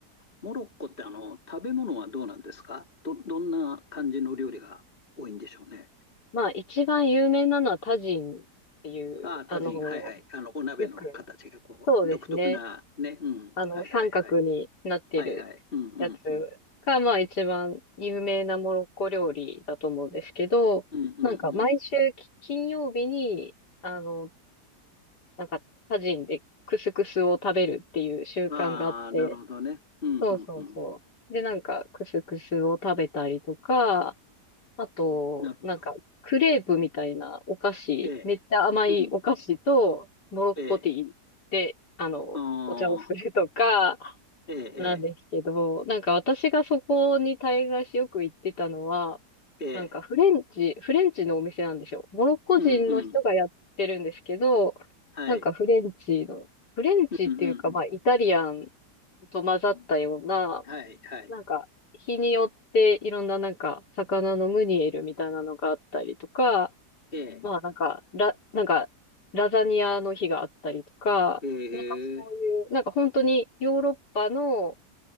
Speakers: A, on the left; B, on the left.
A: モロッコってあの、食べ物はどうなんですかど、どんな感じの料理が多いんでしょうね。
B: まあ一番有名なのはタジンっていう、
A: ああ、タジン。
B: あの、
A: はいはい。あの、お鍋の形がこう、
B: よく、そうですね。
A: 独特なね。うん。
B: あの、
A: はいはいはい。
B: 三角になってるやつ
A: はいはい。うんうんうん。
B: が、まあ一番有名なモロッコ料理だと思うんですけど、
A: うんうんう
B: なんか毎週き金曜日に、あの、なんかタジンでクスクスを食べるっていう習慣があって、
A: ん。ああ、なるほどね。うんうん
B: そうそうそう。で、なんかクスクスを食べたりとか、あと、
A: うん。なるほど。
B: なんかクレープみたいなお菓子、
A: ええ。
B: めっちゃ甘いお菓子と、
A: うん。
B: モロッコティーで、
A: ええ、
B: あの、
A: ああ、
B: お茶をするとか、
A: ええ、
B: なんですけど、なんか私がそこに滞在しよく行ってたのは、
A: ええ、ええ、
B: なんかフレンチ、フレンチのお店なんですよ。モロッコ人の人がやってるんですけど、
A: うんうん、はい、
B: なんかフレンチの、フレンチっていうかまあイタリアン
A: うんうん
B: と混ざったような、
A: うん、はい、はい、
B: なんか日によっていろんななんか魚のムニエルみたいなのがあったりとか、
A: ええ、
B: まあなんかラ、なんかラザニアの日があったりとか、
A: え
B: なんかそういう、
A: え、
B: なんか本当にヨーロッパの